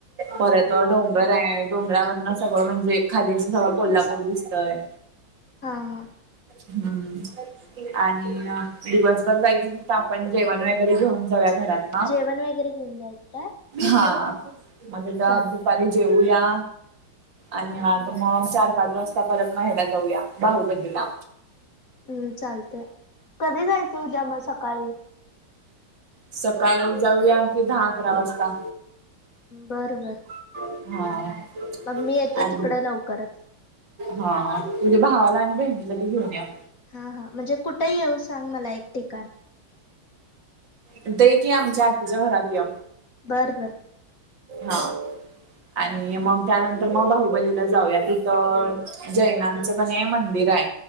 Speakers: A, on the right; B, on the left.
A: परत. त डोंगर
B: हा.
A: आहे डोंगरावरन सगळं म्हणजे खाली असं सगळं कोल्हापूर दिसतय.
B: हा हा.
A: हम्म. आणि दिवसभर जायचं त तर आपण जेवण वगैरे घेऊन जाऊया घरात. हा
B: जेवण वगैरे घेऊन जायचं काय?
A: हा मग तिथं
B: चालतंय.
A: दुपारी जेऊया आणि आ
B: हम्म.
A: मग चार पाच वाज <unintelligible> परत हेला‌ जाऊया बाहुबलीला.
B: हम्म चालतय. कधी जायचं उद्या मग सकाळी?
A: सकाळी जाऊया कि दहा, अकरा वाजता.
B: बर, बर.
A: हा.
B: मग मी येतो
A: आणि
B: तिकडं लवकरच.
A: हा. तुझ्या भावाला आणि बहिणीला बी घेऊन या.
B: हा, हा. म्हणजे कुठे येऊ सांग मला एक ठिकाण.
A: इथं ये की आमच्या आतीच्या घरात ये.
B: बर, बर.
A: हा
B: हम्म.
A: आणि मग त्यानंतर मग बाहुबलीला जाऊयात. तिथ
B: हा.
A: जैनानचं कनई मंदिर आहे.